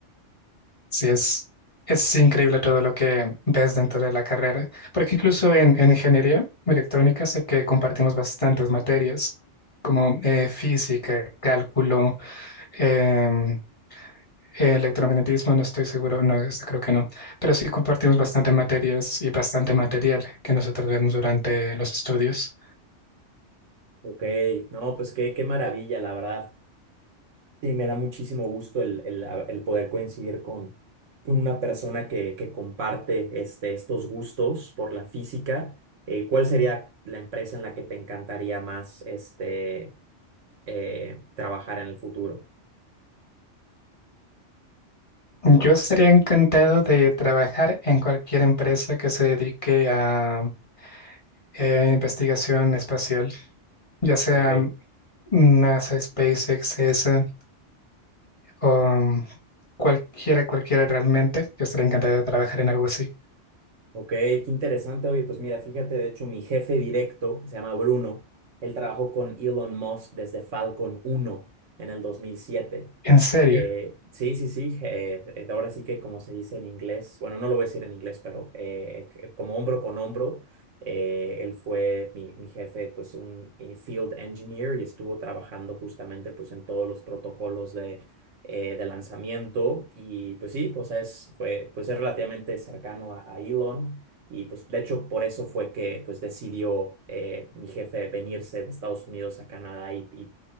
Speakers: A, on the left; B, on the right.
A: Sí, es, es increíble todo lo que ves dentro de la carrera, porque incluso en, en ingeniería electrónica sé que compartimos bastantes materias como eh, física, cálculo, em, Eh, Electromagnetismo, no estoy seguro, no, este creo que no, pero sí compartimos bastante materias y bastante material que nosotros vemos durante los estudios.
B: Ok, no, pues qué, qué maravilla, la verdad. Y me da muchísimo gusto el, el, el poder coincidir con una persona que, que comparte este, estos gustos por la física. Eh, ¿cuál sería la empresa en la que te encantaría más este, eh, trabajar en el futuro?
A: Yo estaría encantado de trabajar en cualquier empresa que se dedique a eh, investigación espacial, ya sea
B: Ok.
A: NASA, SpaceX, ESA o cualquiera, cualquiera realmente. Yo estaría encantado de trabajar en algo así.
B: Ok, qué interesante. Oye, pues mira, fíjate, de hecho, mi jefe directo se llama Bruno. Él trabajó con Elon Musk desde Falcon 1 en el 2007.
A: En serio,
B: Eh, sí, sí, sí. eh, eh, ahora sí que como se dice en inglés, bueno, no lo voy a decir en inglés, pero eh, eh, como hombro con hombro, eh, él fue mi, mi jefe, pues un eh, field engineer y estuvo trabajando justamente pues en todos los protocolos de eh, de lanzamiento y pues sí, o sea, es, fue, pues es relativamente cercano a, a Elon y pues de hecho por eso fue que pues decidió eh, mi jefe venirse de Estados Unidos a Canadá y, y